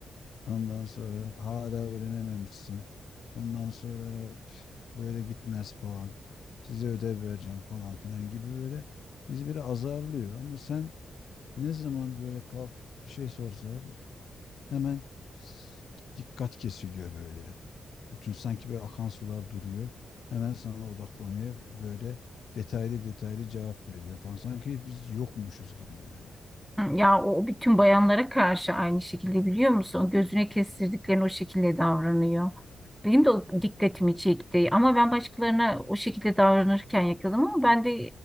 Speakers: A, on the left; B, in the centre.
A: Ondan sonra hala öğrenememişsin. Ondan sonra "Üf, böyle gitmez falan. Size ödev vereceğim falan filan gibi böyle bizi böyle azarlıyor. Ama sen ne zaman böyle kalk bir şey sorsa hemen s- dikkat kesiliyor böyle. Bütün sanki böyle akan sular duruyor. Hemen sana odaklanıyor. Böyle detaylı detaylı cevap veriyor falan. Sanki biz yokmuşuz gibi yani.
B: Ya o bütün bayanlara karşı aynı şekilde biliyor musun? Gözüne kestirdiklerini o şekilde davranıyor. Benim de o dikkatimi çekti. Ama ben başkalarına o şekilde davranırken yakaladım ama ben de